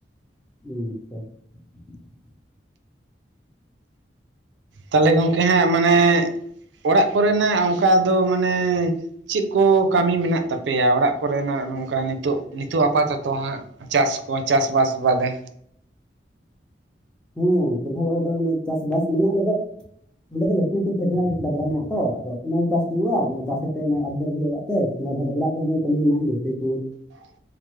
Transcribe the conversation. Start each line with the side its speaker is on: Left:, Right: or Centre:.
Centre: <unintelligible> <inaudible>
Right: ᱛᱟᱞᱦᱮ ᱜᱚᱝᱠᱮ ᱦᱟᱸᱜ ᱢᱟᱱᱮ ᱚᱲᱟᱜ ᱠᱚᱨᱮᱱᱟᱜ ᱚᱱᱠᱟ ᱫᱚ ᱢᱟᱱᱮ ᱪᱮᱫ ᱠᱚ ᱠᱟᱹᱢᱤ ᱢᱮᱱᱟᱜ ᱛᱟᱯᱮᱭᱟ ᱚᱲᱟᱜ ᱠᱚᱨᱮᱱᱟᱜ ᱱᱚᱝᱠᱟ ᱱᱤᱛᱚᱜ ᱱᱤᱛᱚᱜ ᱟᱯᱟᱛᱚᱛᱚ ᱦᱟᱸᱜ? ᱪᱟᱥ ᱠᱚ ᱪᱟᱥ ᱵᱟᱥ ᱵᱟᱫᱮ
Centre: ᱦᱚᱸ ᱪᱟᱥᱵᱟᱥ ᱢᱟᱱᱮ ᱟᱞᱮ ᱫᱚ ᱚᱸᱰᱮ ᱫᱚ ᱞᱟᱹᱴᱩ ᱞᱟᱹᱴᱩ ᱠᱷᱮᱛ ᱨᱮᱱᱟᱜ ᱰᱟᱵᱽᱨᱟ ᱢᱮᱱᱟᱜ ᱛᱚ ᱟᱫᱚ ᱚᱱᱟ ᱜᱮ ᱪᱟᱥ ᱦᱩᱭᱩᱜᱼᱟ ᱚᱱᱟ ᱪᱟᱥ ᱠᱟᱛᱮ ᱚᱱᱟ ᱟᱱᱫᱟᱨ ᱦᱩᱭᱩᱜᱼᱟ ᱚᱲᱟᱜ ᱛᱮ᱾ <unintelligible> ᱚᱲᱟᱜ ᱠᱚ ᱨᱮᱱᱟᱜ ᱜᱮ ᱠᱟᱹᱢᱤ ᱢᱮᱱᱟᱜᱼᱟ ᱡᱟᱹᱥᱛᱤ ᱛᱮ
Right: <inaudible>